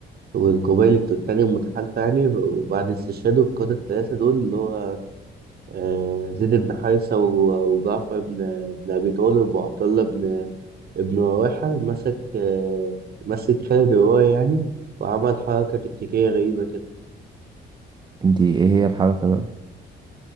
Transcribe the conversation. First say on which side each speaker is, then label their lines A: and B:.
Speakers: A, on the right (about 50°); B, on the right (about 20°).
A: والقبائل الت- التانية المتحالفة يعني وبعد استشهاد القادة التلاتة دول اللي هو آه، زيد بن حارثة و- وجعفر بن بن أبي طالب وعبد الله بن ابن رواحة مسك آه، مسك خالد الرواية يعني وعمل حركة تكتيكية غريبة كده
B: دي ايه هي الحركة بقى؟